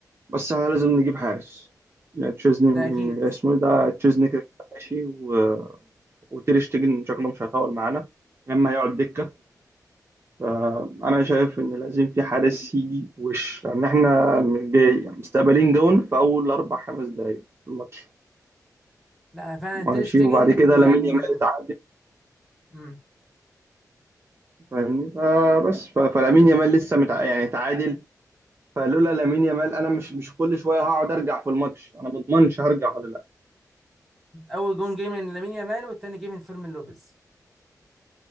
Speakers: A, on the right; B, in the centre.
A: بس احنا لازم نجيب حارس يعني تشيزني
B: ده
A: م-
B: اكيد
A: اسمه إيه ده تشيزني كده كده ماشي و... وتير شتيجن شكله مش هيطول معانا يا اما هيقعد دكه فانا شايف ان لازم في حارس يجي وش لان احنا جاي مستقبلين جون في اول اربع خمس دقائق في الماتش
B: لا فعلا
A: ماشي
B: تير شتيجن
A: وبعد كده لامين
B: يعني
A: يامال اتعادل
B: امم
A: فاهمني فبس ف- فلامين يامال لسه متع... يعني تعادل فلولا لامين يامال انا مش مش كل شويه هقعد ارجع في الماتش انا ما اضمنش هرجع ولا لا
B: اول جون جه من لامين يامال والتاني جه من فيرمين لوبيز